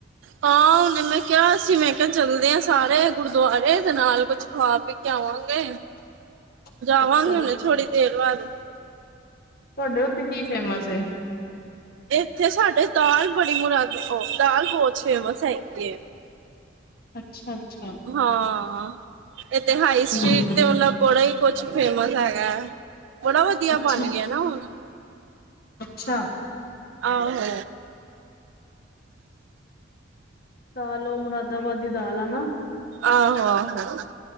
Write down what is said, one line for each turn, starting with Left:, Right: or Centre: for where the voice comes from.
Right: ਹਾਂ ਹੁਣੇ ਮੈਂ ਕੇਹਾ ਸੀ ਮੈਂ ਕਿਹਾ ਚੱਲਦੇ ਆ ਸਾਰੇ ਗੁਰਦੁਆਰੇ ਤੇ ਨਾਲ ਕੁਛ ਖਾ-ਪੀ ਕੇ ਆਵਾਂਗੇ।
Left: <inaudible>
Right: ਜਾਵਾਂਗੇ
Left: ਤੁਹਾਡੇ
Right: ਹੁਣੇ ਥੋੜ੍ਹੀ ਦੇਰ ਬਾਦ।
Left: ਤੁਹਾਡੇ ਉੱਥੇ ਕੀ ਫੇਮਸ ਏ?
Right: ਏਥੇ ਸਾਡੇ ਦਾਲ ਬੜੀ ਮੁਰਾਗ ਓ ਦਾਲ ਬਹੁਤ ਫੇਮਸ ਹੈਗੀ ਏ।
Left: ਅੱਛਾ-ਅੱਛਾ।
Right: ਹਾਂ ਇੱਥੇ ਹਾਈ
Left: ਹਮ
Right: ਸਟ੍ਰਰੀਟ ਤੇ ਮਤਬ ਬੜਾ ਹੀ ਕੁਛ ਫੇਮਸ ਹੈਗਾ। ਬੜਾ ਵਧੀਆਂ
Left: ਅੱਛਾ
Right: ਬਨ ਗਯਾ ਨਾ ਉਹ।
Left: ਅੱਛਾ।
Right: ਆਹੋ।
Left: ਦਾਲ ਓਹ ਮੁਰਾਦਾਬਾਦੀ ਦਾਲ ਹੈ ਨਾ।
Right: ਆਹੋ-ਆਹੋ।